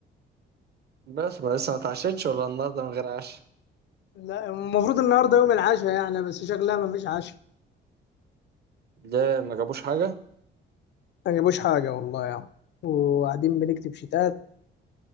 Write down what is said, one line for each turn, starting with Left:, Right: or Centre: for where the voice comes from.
Right: بس ما لسه ما اتعشتش ولا النهاردة من غير عشاء
Left: لا المفروض النهارده يوم العشاء يعني بس شكلها ما فيش عشاء
Right: ليه ما جابوش حاجة؟
Left: ما جابوش حاجه والله يعني وقاعدين بنكتب شتات